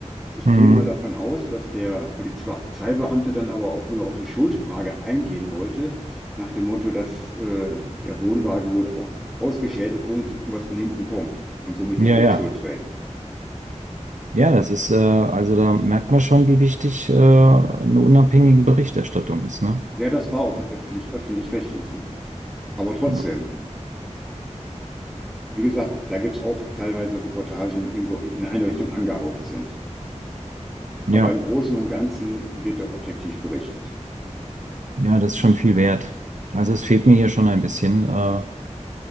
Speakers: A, in the centre; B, on the right.
A: Ich
B: Mhm.
A: gehe mal davon aus, dass der Polizeibeamte dann aber auch wohl auf die Schuldfrage eingehen wollte, nach dem Motto, dass äh, der Wohnwagen wohl au- ausgeschält ist, ohne zu gucken, was von hinten kommt und somit
B: Ja,
A: die Hauptschuld
B: ja.
A: trägt.
B: Ja, das ist, äh, also da merkt man schon, wie wichtig äh, eine unabhängige Berichterstattung ist, ne?
A: Ja, das war auf dem öffentlich, öffentlich-rechtlichen. Aber trotzdem,
B: Ja.
A: wie gesagt, da gibt's auch teilweise Reportagen, die irgendwo in in eine Richtung angehaucht sind.
B: Ja,
A: Aber im Großen und Ganzen wird da objektiv berichtet.
B: ja, das ist schon viel wert. Also es fehlt mir hier schon ein bisschen. Äh,